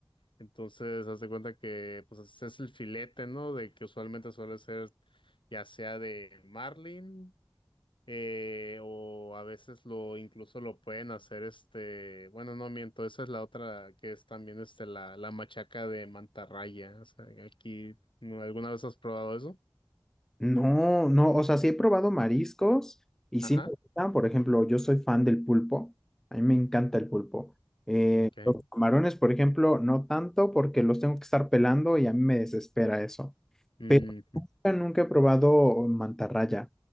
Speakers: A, on the left; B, in the centre.
A: Entonces, haz de cuenta que, pues, es es el filete, ¿no? De que usualmente suele ser ya sea de marlin, eh, o a veces lo, incluso lo pueden hacer este, bueno, no miento, esa es la otra que es también este, la, la machaca de mantarraya. O sea, aquí, ¿no? ¿alguna vez has probado eso?
B: No, no, o sea, sí he probado mariscos y
A: Ajá,
B: sí me gustan, por ejemplo, yo soy fan del pulpo, a mí me encanta el pulpo. Eh,
A: Okay.
B: los camarones, por ejemplo, no tanto porque los tengo que estar pelando y a mí me desespera eso.
A: Mm,
B: Pero nunca nunca he probado mantarraya,